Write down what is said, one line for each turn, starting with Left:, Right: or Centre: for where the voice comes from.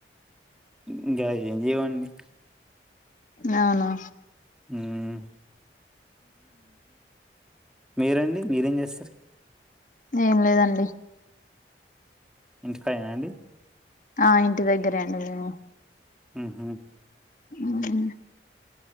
Centre: ఇంగా ఏం జేయమండి.
Left: నవునా
Centre: మ్మ్ మీరండి మీరేం జేస్తరు?
Left: ఏం లేదండి
Centre: ఇంటికాడేనా అండి
Left: ఆ ఇంటి దగ్గరే అండి మేము
Centre: మ్ హ్
Left: మ్